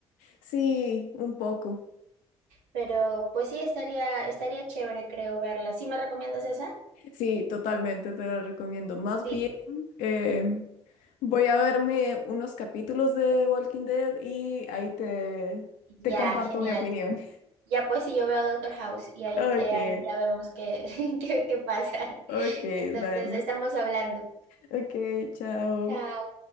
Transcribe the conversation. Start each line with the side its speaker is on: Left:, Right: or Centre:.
Left: sí, un poco.
Right: Pero pues sí, estaría, estaría chévere, creo, verla. ¿Sí me recomiendas esa?
Left: Sí, totalmente te lo recomiendo. Más
Right: Sí,
Left: bien, em, voy a verme unos capítulos de Walking Dead y ahí te,
Right: ya,
Left: te comparto
Right: genial.
Left: mi opinión.
Right: Ya pues si yo veo Doctor House y ahí,
Left: <laughs>
Right: eh,
Left: Ok.
Right: ahí ya vemos qué, <laughs> qué, qué pasa. <laughs>
Left: Ok,
Right: Entonces,
Left: dale.
Right: estamos hablando.
Left: Ok, chao.
Right: Chao.